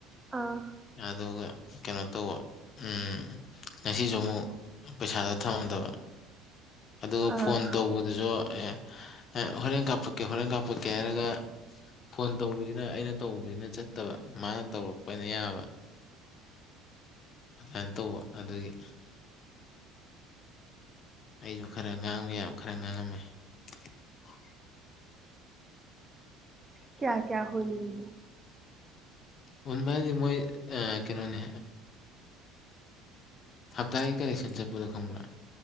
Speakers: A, on the right; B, on the left.
A: ꯑꯥ
B: ꯑꯗꯨꯒ ꯀꯩꯅꯣ ꯇꯧꯕ ꯎꯝ ꯉꯁꯤꯁꯨ ꯑꯃꯨꯛ ꯄꯩꯁꯥꯗ ꯊꯃꯥꯝꯗꯕ ꯑꯗꯨꯒ
A: ꯑꯥ
B: ꯐꯣꯟ ꯇꯧꯕꯗꯨꯁꯨ ꯑꯦ ꯍꯣꯔꯦꯟ ꯀꯥꯞꯄꯛꯀꯦ ꯍꯣꯔꯦꯟ ꯀꯥꯞꯄꯛꯀꯦ ꯍꯥꯏꯔꯒ ꯐꯣꯟ ꯇꯧꯕꯁꯤꯅ ꯑꯩꯅ ꯇꯧꯕꯁꯤꯅ ꯆꯠꯇꯕ ꯃꯥꯅ ꯇꯧꯔꯛꯄꯅ ꯌꯥꯕ ꯑꯗꯏꯟ ꯇꯧꯕ ꯑꯗꯨꯒꯤ ꯑꯩꯁꯨ ꯈꯔ ꯉꯥꯡꯕ ꯌꯥꯕ ꯈꯔ ꯉꯥꯡꯉꯝꯃꯦ <inaudible>
A: ꯀꯌꯥ ꯀꯌꯥ ꯍꯨꯜꯂꯤ
B: ꯍꯟꯕ ꯍꯥꯏꯗꯤ ꯃꯣꯏ ꯀꯩꯅꯣꯅꯦ ꯍꯞꯇꯥꯒꯤ ꯀꯂꯦꯛꯁꯟ ꯆꯠꯄꯗꯣ ꯈꯪꯕ꯭ꯔꯥ